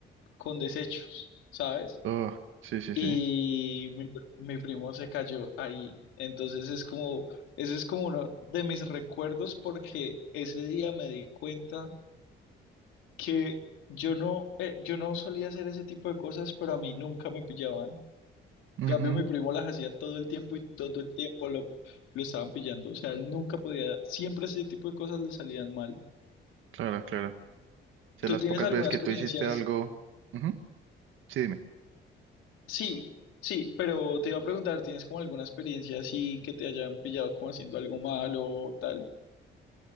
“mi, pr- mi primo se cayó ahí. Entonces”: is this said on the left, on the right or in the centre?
Left